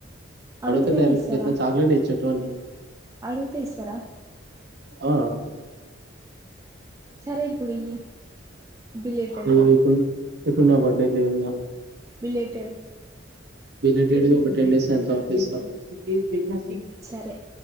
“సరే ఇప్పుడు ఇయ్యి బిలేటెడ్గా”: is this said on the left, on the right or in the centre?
Right